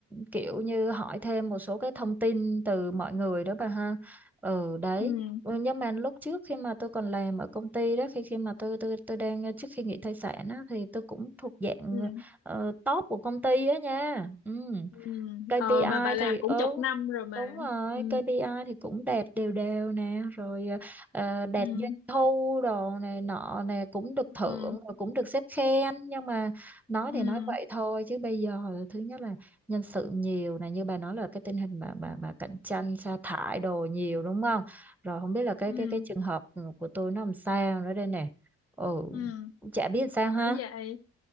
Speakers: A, in the centre; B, on the left.
A: kiểu như hỏi thêm một số cái thông tin từ mọi người đó bà ha ừ đấy
B: ừ
A: ừ, nhưng mà lúc trước khi mà tôi còn làm ở công ty đó khi khi mà tôi tôi tôi đang ờ, trước khi nghỉ thai sản á, thì tôi cũng thuộc dạng
B: ừ
A: ờ, top của công ty á nha ừ
B: ừ
A: KPI
B: ờ mà bà làm
A: thì ừ
B: cũng chục năm rồi mà
A: đúng rồi
B: ừ
A: KPI thì cũng đạt đều đều nè rồi ờ, đạt
B: ừ
A: doanh thu đồ này nọ nè cũng được thưởng
B: ừ
A: rồi cũng được sếp khen nhưng mà nói
B: ừ
A: thì nói vậy thôi chứ bây giờ là thứ nhất là nhân sự nhiều này như bà nói là cái tình hình mà mà mà cạnh tranh sa thải đồ nhiều đúng không rồi không biết là cái
B: ừ
A: cái cái trường hợp của tôi nó làm sao nữa đây nè ừ
B: ừ
A: cũng chả biết sao
B: bởi
A: ha
B: vậy